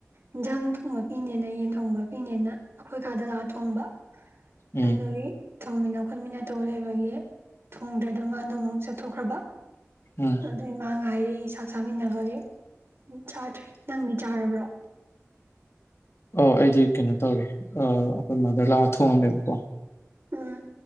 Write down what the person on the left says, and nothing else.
ꯎꯝ
ꯎꯝ
ꯑꯣ ꯑꯩꯗꯤ ꯀꯩꯅꯣ ꯇꯧꯋꯦ ꯑꯩꯈꯣꯏ ꯃꯥꯗꯔ ꯂꯥꯛꯑ ꯊꯣꯡꯉꯝꯃꯦꯕꯀꯣ